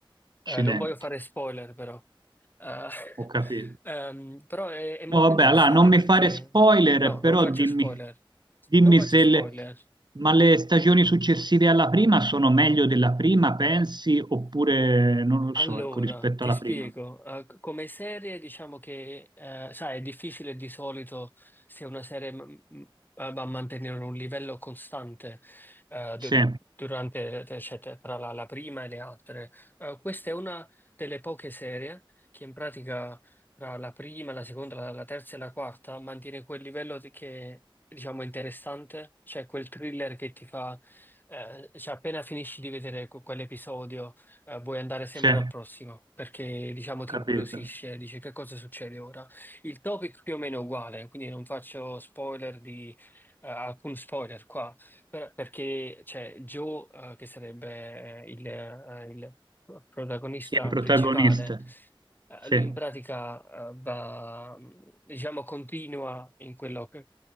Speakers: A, on the left; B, on the right.
A: Eh,
B: Accidenti.
A: non voglio fare spoiler però. Eh, <laughs>
B: Ho capito.
A: ehm, però è, è molto
B: No, vabbè,
A: interessante
B: allora non mi
A: perché...
B: fare spoiler,
A: No,
B: però
A: non faccio
B: dimmi,
A: spoiler.
B: dimmi
A: Non faccio
B: se
A: spoiler.
B: le, ma le stagioni successive alla prima sono meglio della prima, pensi, oppure non lo so,
A: Allora,
B: ecco, rispetto
A: ti
B: alla
A: spiego.
B: prima.
A: Eh, c- come serie, diciamo che, eh, sai, è difficile di solito se una serie m- m- va a mantenere un livello costante eh, du-
B: Sì,
A: durante, cioè, tra tra la, la prima e le altre. Eh, questa è una delle poche serie che in pratica tra la prima, la seconda, la, la terza e la quarta mantiene quel livello di- che, diciamo, è interessante, cioè quel thriller che ti fa, eh, cioè appena finisci di vedere que- quell'episodio eh, vuoi andare sempre
B: sì, ho
A: al prossimo perché diciamo ti
B: capito.
A: incuriosisce, dici che cosa succede ora. Il topic più o meno è uguale, quindi non faccio spoiler di eh, alcun spoiler qua, per- perché c'è Joe eh, che sarebbe eh, il, eh, il protagonista
B: Sì, il protagonista.
A: principale eh,
B: Sì,
A: lui in pratica eh, va, mh, diciamo, continua in quello che,